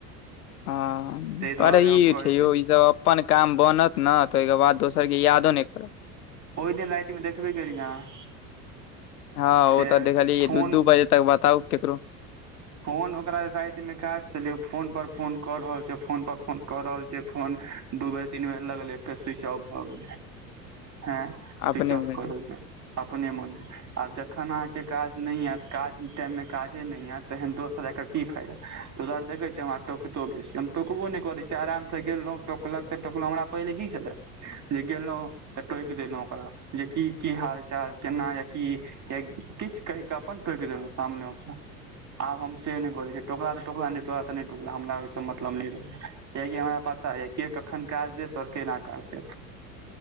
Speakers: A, on the left; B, on the right.
A: हँ
B: ताहि
A: पढ़
B: दुआरे
A: ई
B: हम कहै
A: छैय यौ
B: छी
A: ईसभ अपन काम बनत ने ताहिके बाद दोस सरके यादो नहि क
B: ओहि दिन रातिमे देखबे केलीयै अहाँ।
A: हँ
B: से
A: ओ तऽ देखलियै
B: फोन
A: दू दू बजे तक बताउ केकरो
B: फोन ओकरा रातिमे काज चलियौ फोन पर फोन कऽ रहल छैय फोन पर फोन कऽ रहल छिय फोन दू बेर तीन बेर लगलै फेर स्विच ऑफ भए गेलै हँ। सुविच
A: अपने
B: ऑफ
A: मे
B: क देलकै। अपने मोने आब जखन अहाँके काज नहि आयत काज टाइममे काजे नहि आयत तेहन दोस्त रईखके की फायदा त दुआरे देख छियै हमा टोक तो बेसी हम टोकबो नहि करै छियै आराम से गेलहुॅ टोकलक तऽ टोकलहुं हमरा पहिले की छलै। जे गेलहुँ तऽ टोक देलहु ओकरा जेकी की हाल चाल केना या की। या किछ कहिके का अपन टोक देलू सामने मे आब हम से नहि करै टोकला तऽ टोकला नहि टोकाला त नहि टोकला हमरा ओ मतलब नहि। कियकि हमरा पता य के कखन काज देत और केना काज देत।